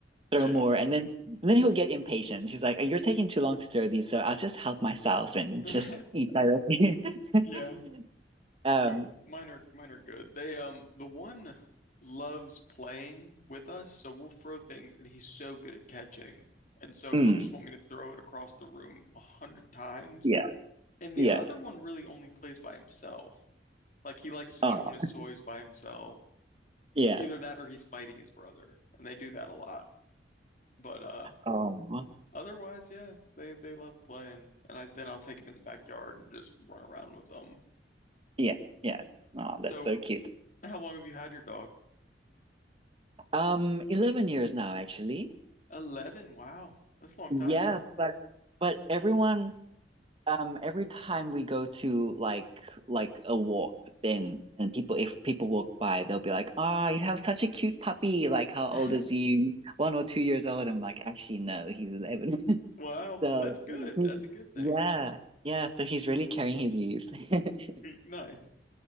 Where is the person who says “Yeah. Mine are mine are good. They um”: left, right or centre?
Left